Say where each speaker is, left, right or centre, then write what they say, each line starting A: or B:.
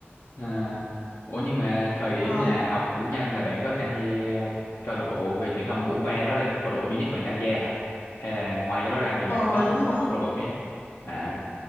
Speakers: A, on the left; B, on the left.
A: À, ủa nhưng mà thời điểm
B: ờ
A: là học cử nhân là bạn có tham gia câu lạc bộ về truyền thông của khoa đó là câu lạc bộ duy nhất bạn tham gia hả? Hay là ngoài cái đó ra thì bạn
B: ờ
A: có tham
B: đúng
A: gia
B: rồi
A: một số câu lạc bộ khác? À,